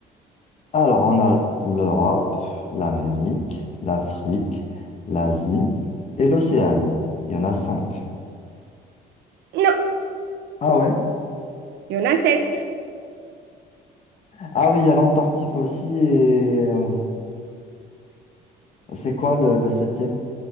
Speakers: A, on the left (about 40°); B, on the right (about 85°).
A: Alors, on a l'Europe, l'Amérique, l'Afrique, l'Asie et l'Océanie. Il y en a 5.
B: Non,
A: Ah ouais?
B: il y en a sept.
A: Ah oui, il y a l'Antarctique aussi et euh, c'est quoi le, le septième?